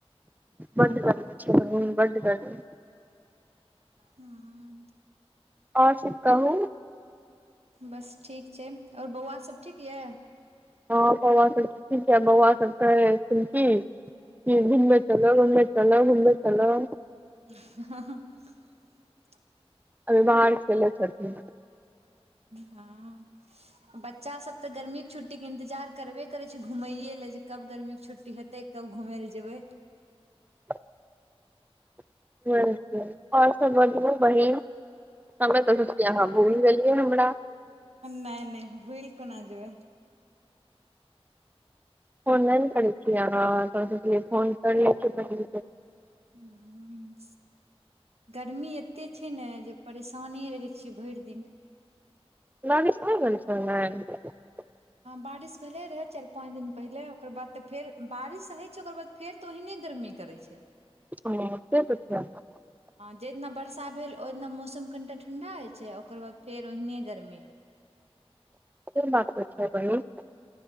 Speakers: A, on the right; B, on the right.
A: बड्ड गर्मी छै बड्ड गर्मी
B: हँ
A: आओर सभ कहू
B: बस ठीक छै आओर बौआसभ ठीक यए
A: हँ बौआ सब ठीक छै बौआ सबके कहय छथिन्ह की की
B: हूँ
A: घुमने चलो घुमने चलो घुमने चलो
B: ह
A: अभी बाहर खेलय छथि
B: हँ बच्चासभ तऽ गर्मीके छुट्टीके इन्तजार करबे करै छै घुमैयए लेल जे कब गर्मीक छुट्टी हेतै कब घूमय लए जेबै
A: <inaudible> ओर सब बतबु बहिन हमे तऽ सोचलिये अहाँ भुलि गेलि हे हमरा
B: नैय नैय भुलि कोना जेबै
A: फोन नै न करै छीये अहाँ थोड़ा सोचलियै फोन करै छी बहिन के
B: हूँ गरमी एते छै ने जे परेशाने रहै छियै भैर दिन
A: बारिश सु ब छ ने <unintelligible>
B: बारिश भेले रहे चारि पाँंच दिन पहिले ओकर बाद तऽ फेर बारिश होय छै ओकर बाद फेर तऽ ओहिने गर्मी गर्मी करै छै
A: ओ क पछ <unintelligible>
B: जहि दिना वर्षा भेल ओहि दिना मौसम कनिटा ठण्डा होइ छै आ ओकर बाद फेर ओहिने गरमी
A: के ब छै ब <unintelligible>